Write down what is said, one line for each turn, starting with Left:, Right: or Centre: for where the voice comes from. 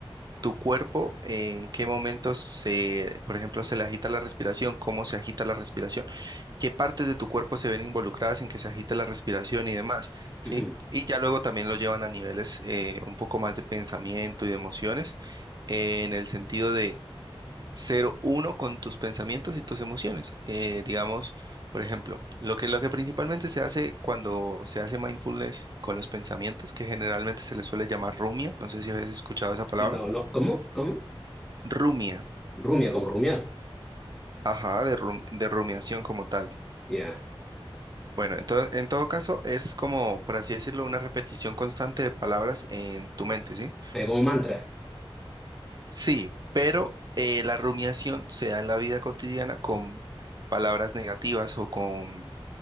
Right: tu cuerpo, eh, en qué momentos se, por ejemplo, se le agita la respiración, cómo se agita la respiración, qué partes de tu cuerpo se ven involucradas en que se agite la respiración y demás, ¿sí?
Centre: Ujú.
Right: Y ya luego también lo llevan a niveles eh, un poco más de pensamiento y de emociones, eh, en el sentido de ser uno con tus pensamientos y tus emociones. Eh, digamos, por ejemplo, lo que, lo que principalmente se hace cuando se hace mindfulness con los pensamientos, que generalmente se les suele llamar rumia, no sé si habéis escuchado esa palabra.
Centre: No, no, ¿cómo? ¿Cómo?
Right: Rumia.
Centre: Rumia, como rumiar.
Right: Ajá, de, rum- de rumiación como tal.
Centre: Ya.
Right: Bueno, entonces, en todo caso, es como, por así decirlo, una repetición constante de palabras en tu mente, ¿sí?
Centre: Eh, Como mantra.
Right: Sí, pero eh, la rumiación se da en la vida cotidiana con palabras negativas o con